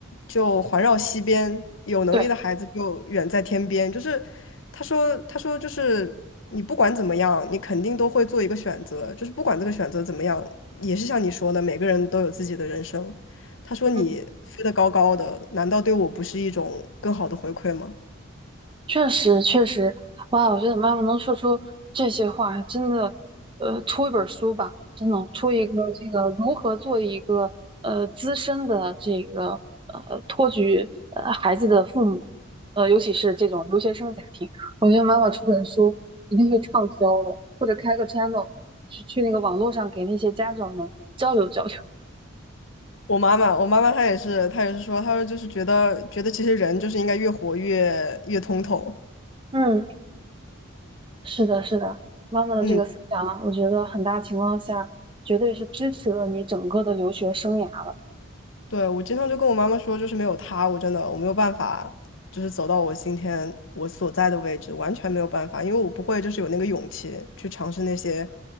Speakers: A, on the left; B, on the right.
A: 就环绕西边，有能力的孩子就远在天边。
B: 对，
A: 就是她说，她说就是你不管怎么样，你肯定都会做一个选择，就是不管这个选择怎么样，也是像你说的，每个人都有自己的人生。他说你飞得高高的，
B: 嗯。
A: 难道对我不是一种更好的回馈吗？
B: 确实，确实，哇！我觉得妈妈能说出这些话，真的，呃，出一本书吧，真的出一个这个如何做一个呃资深的这个呃托举呃孩子的父母，呃，尤其是这种留学生家庭，我觉得妈妈出本书一定会畅销的，或者开个 channel 去去那个网络上给那些家长们交流交流。
A: 我妈妈，我妈妈她也是，她也是说，她说就是觉得觉得其实人就是应该越活越越通透。
B: 嗯。是的，是的，妈妈的这个思想啊，
A: 嗯，
B: 我觉得很大情况下绝对是支持了你整个的留学生涯了。
A: 对，我经常就跟我妈妈说，就是没有她，我真的我没有办法，就是走到我今天我所在的位置，完全没有办法，因为我不会就是有那个勇气去尝试那些